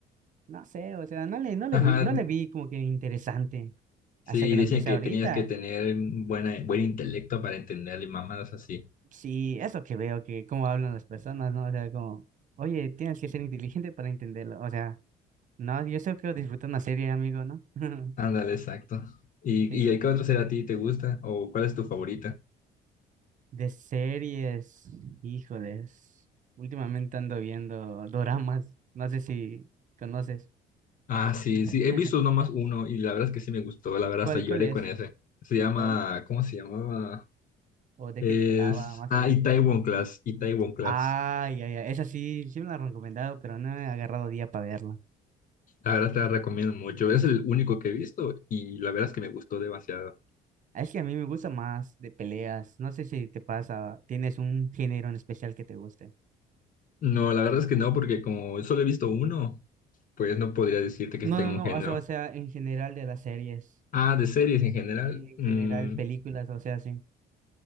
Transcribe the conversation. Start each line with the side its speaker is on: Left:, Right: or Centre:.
Right: no sé, o sea, no le, no le,
Left: Ajá,
Right: bu- no le vi como que interesante
Left: sí,
Right: hasta que lo
Left: dicen
Right: empecé
Left: que
Right: ahorita.
Left: tenías que tener buena, buen intelecto para entenderle mamadas así.
Right: Sí, eso que veo, que cómo hablan las personas, ¿no? O sea, como, oye, tienes que ser inteligente para entenderlo. O sea, no, yo solo quiero disfrutar una serie, amigo, ¿no? <laughs>
Left: Ándale, exacto. ¿Y,
Right: Sí,
Left: y qué otra serie a ti te gusta? ¿O cuál es tu favorita?
Right: de series, híjoles. Últimamente ando viendo doramas, no sé si conoces.
Left: Ah, sí, sí,
Right: <laughs>
Left: he visto nomás uno y la verdad es que sí me gustó, la verdad
Right: ¿Cuál,
Left: hasta lloré
Right: cuál es?
Left: con ese. Se llama,
Right: ¿O,
Left: ¿cómo se llamaba?
Right: o de
Left: Es,
Right: qué trataba, más
Left: ah,
Right: o menos?
Left: Itaewon Class, Itaewon Class.
Right: Ay, ay, ay, esa sí, sí me la han recomendado, pero no he agarrado día para verla.
Left: La verdad te la recomiendo mucho, es el único que he visto y la verdad es que me gustó demasiado.
Right: Es que a mí me gusta más de peleas. No sé si te pasa, tienes un género en especial que te guste.
Left: No, la verdad es que no, porque como solo he visto uno, pues no podría decirte que
Right: No,
Left: sí tengo
Right: no, no,
Left: un género.
Right: o sea, o sea, en general de las series,
Left: Ah, de series en general.
Right: sí, en
Left: mm,
Right: general películas, o sea, sí.